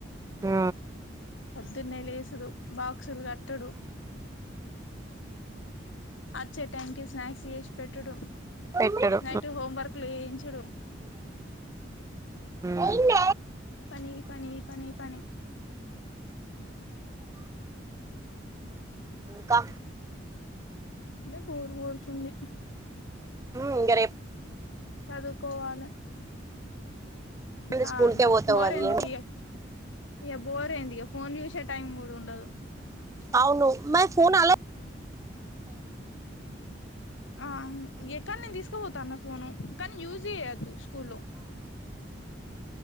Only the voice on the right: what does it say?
ఆ
పెట్టడు
ఉమ్
ఇంకా
ఉమ్ ఇంగ రేప్
నుండి
స్కూల్ కే పోతావు
కదా ఏం
అవును మరి ఫోన్ అల్లో